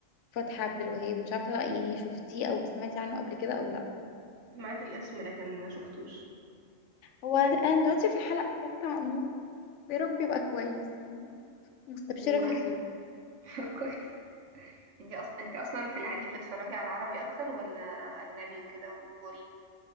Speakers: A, on the left; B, on the right.
A: فتحي عبد الوهاب مش عارفة يعني شفتيه أو سمعتي عنه قبل كده أو لأ
B: سمعت الاسم لكن ما شفتوش
A: هو أنا دلوقتي في الحلقة الثالثة ويا رب يبقى كويس يعني مستبشرة
B: و...
A: فيه خير
B: <laughs> كويس انت أصلا انت أصلا في العادي بتتفرجي على عربي أكتر ولا أجنبي وكده وكوري